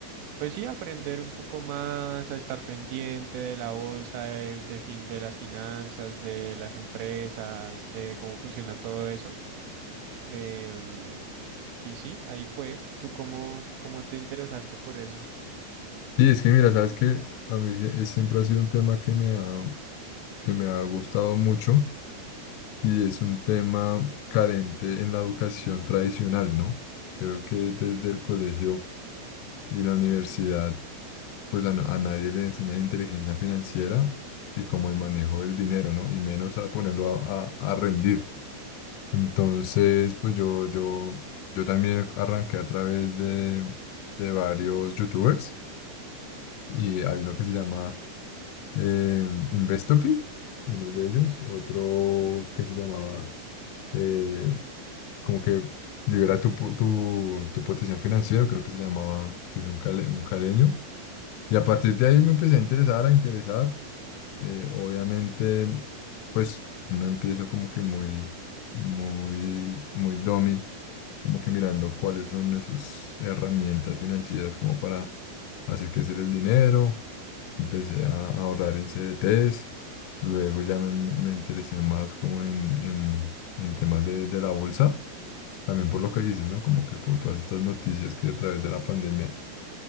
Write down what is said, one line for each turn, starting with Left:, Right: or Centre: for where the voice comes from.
Right: pues sí, aprender un poco más, a estar pendiente de la bolsa, de, de fin, de las finanzas, de las empresas, de cómo funciona todo eso. Em, y sí, ahí fue. ¿Tú cómo, cómo te interesaste por eso?
Left: Sí, es que mira, sabes que a mí sie- es- siempre ha sido un tema que me ha, que me ha gustado mucho y es un tema carente en la educación tradicional, ¿no? Creo que desde el colegio y la universidad pues a, na- a nadie le enseñan inteligencia financiera y como el manejo del dinero, ¿no? Y menos a ponerlo a, a- a rendir. Entonces, pues yo, yo, yo también arranqué a través de, de varios youtubers y hay uno que se llama eh, Investopi, uno de ellos, otro que se llamaba eh, como que libera tu, po- tu, tu potencial financiero, creo que se llamaba, que es un, cale- un caleño. Y a partir de ahí me empecé a interesar, a interesar. eh, obviamente, pues uno empieza como que muy, muy, muy dummy, como que mirando cuáles son esas herramientas financieras como para hacer crecer el dinero. Empecé a ahorrar en CDTs, luego ya me, me- me interesé más como en, en, en temas de, de la bolsa, también por lo que dices, ¿no? Como que por todas estas noticias que a través de la pandemia,